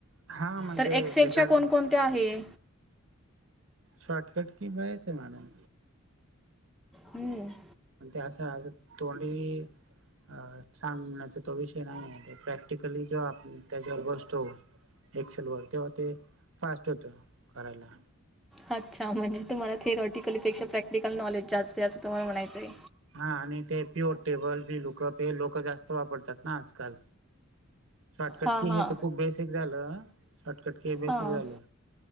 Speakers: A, on the right; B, in the centre.
A: हा म्हणजे
B: तर एक्सेलच्या
A: एखाद
B: कोण कोणत्या आहे?
A: शॉर्टकट की व्हायचं मॅडम.
B: हम्म.
A: ते असं असं तोंडी अ सांगण्याचं तो विषय नाही आहे प्रॅक्टिकली जेव्हा आपण त्याच्यावर बसतो एक्सेल वर तेव्हा ते फास्ट होत करायला.
B: अच्छा म्हणजे तुम्हाला थिरॉटिकलपेक्षा प्रॅक्टिकल नॉलेज जास्त आहे असं तुम्हाला म्हणायचं आहे.
A: हा आणि ते पी ओ टेबल बिलूकप हे लोक जास्त वापरतात ना आजकाल. शॉर्टकट
B: हां
A: की
B: हां
A: हे तर खूप बेसिक झालं. शॉटकट कि हे बेसिक
B: हां
A: झाले